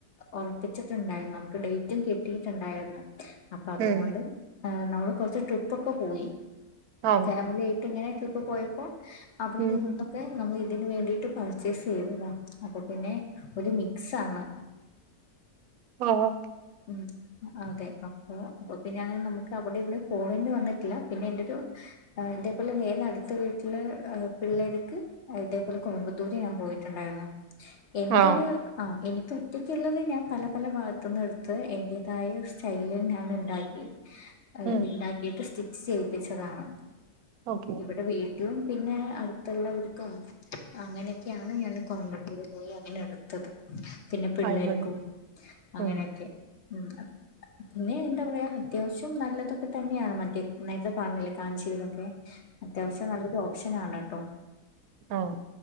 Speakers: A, on the left; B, on the right.
A: ഉറപ്പിച്ചിട്ടുണ്ടായിരുന്നു നമുക്ക് ഡേറ്റും കിട്ടിയിട്ടുണ്ടായിരുന്നു അപ്പൊ അതുകൊണ്ട്
B: ഉം
A: നമ്മള് കൊറച്ച് ട്രിപ്പൊക്കെ പോയി
B: ആ
A: ഫാമിലിയി ട്ട് ങ്ങനെ ട്രിപ്പ് പോയപ്പോ അവിട്ന്ന്
B: ഉം
A: ഇവിട്ന്ന് ക്കെ നമ്മൾ ഇതിന് വേണ്ടിയിട്ട് പർച്ചേസ് ചെയ്തതാ അപ്പൊ പിന്നെ ഒരു മിക്സ് ആണ്
B: ആഹ്
A: ഉം ഉം അതെ അപ്പൊ അപ്പ പിന്നെ അങ്ങനെ നമുക്ക് അവിടെ ഇവിടെ പോകേണ്ടി വന്നിട്ടില്ല പിന്നെ എന്റെരു ആഹ് ഇതുപോലെ വേറെ അടുത്ത വീട്ടിലെ പിള്ളേർക്ക് ഇതേപോലെ കോയമ്പത്തൂര് ഞാൻ പോയിട്ടുണ്ടായിരുന്നു എന്റൊരു
B: ആ
A: ആഹ് എനിക്ക് ഒറ്റയ്ക്കുള്ളത് ഞാൻ പല പല ഭാഗത്തു നിന്ന് എടു ത്ത് എന്റേതായ സ്റ്റൈല് ഞാൻ ഉണ്ടാക്കി
B: ഉം
A: ഉണ്ടാക്കിട്ട് സ്റ്റി ച്ച് ചെയ്യിപ്പിച്ചതാണ്
B: ഓക്കെ
A: ഇവിടെ വീട്ടിലും പിന്നെ അടുത്തുള്ളവർക്കും അങ്ങനെയൊക്കെയാണ് ഞാൻ കോയമ്പത്തൂര് പോയി അങ്ങനെ എടു ത്തത് പിന്നെ പിള്ളേർക്കും
B: ആയിക്കോട്ടെ
A: അങ്ങനെയൊക്കെ
B: ഉം
A: ഉം പിന്നെ എന്താ പറയാ അത്യാവശ്യം നല്ലതൊക്കെ തന്നെയാണ് മറ്റേ നേരത്തെ പറഞ്ഞില്ലേ കാഞ്ചീപുരൊക്കെ അത്യാവശ്യം നല്ലൊരു ഓപ്ഷനാണ് കേട്ടോ
B: ഓഹ്